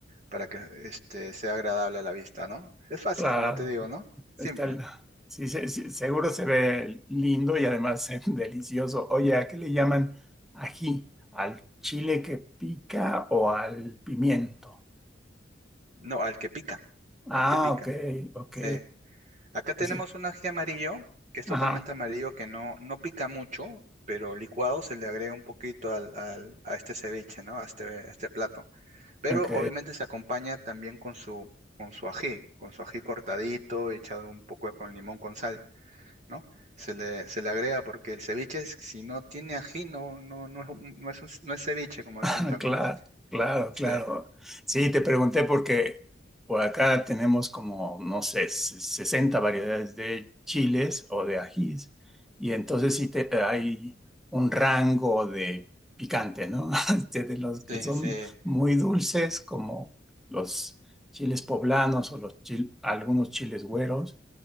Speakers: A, on the right (about 40°); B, in the centre.
A: para que este, sea agradable a la vista, ¿no? Es fácil,
B: claro,
A: como te digo, ¿no? Simple.
B: está el- sí, se- sí, seguro se ve lindo y además <laughs> delicioso. Oye, ¿a qué le llaman ají? ¿Al chile que pica o al pimiento?
A: No, al que pica,
B: Ah,
A: al que pica.
B: ok, ok.
A: Sí. Acá tenemos
B: Ese-
A: un ají amarillo, que es totalmente
B: Ajá,
A: amarillo, que no, no pica mucho, pero licuado se le agrega un poquito al, al- a este ceviche, ¿no? A este, a este plato. Pero
B: ok.
A: obviamente se acompaña también con su, con su ají, con su ají cortadito, echado un poco con limón con sal, ¿no? Se le, se le agrega porque el ceviche, es- si no tiene ají, no, no, no es, un- no es, un- no es ceviche, como decimos
B: <laughs>
A: acá.
B: Claro, claro,
A: Sí,
B: claro. claro. Sí, te pregunté porque por acá tenemos como, no sé, se- 60 variedades de chiles o de ajís. Y entonces sí te, hay un rango de picante, ¿no? <laughs> Desde los que
A: sí,
B: son
A: sí.
B: muy dulces, como los chiles poblanos o los chil- algunos chiles güeros,